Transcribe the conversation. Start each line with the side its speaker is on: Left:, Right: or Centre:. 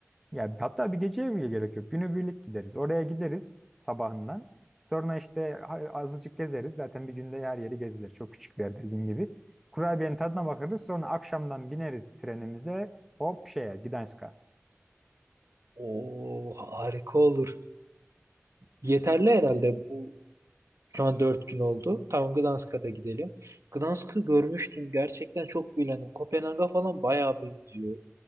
Centre: Ya hatta bir geceye bile gerek yok. Günübirlik gideriz. Oraya gideriz sabahından. Sonra işte ha- azıcık gezeriz. Zaten bir günde her yeri gezilir. Çok küçük bir yer dediğim gibi. Kurabiyenin tadına bakarız. Sonra akşamdan bineriz trenimize. Hop şeye Gdańsk'a.
Right: Oo harika olur. Yeterli herhalde. Bu Şu an dört gün oldu. Tamam Gdansk'a da gidelim. Gdansk'ı görmüştüm. Gerçekten çok beğendim. Kopenhag'a falan bayağı benziyor.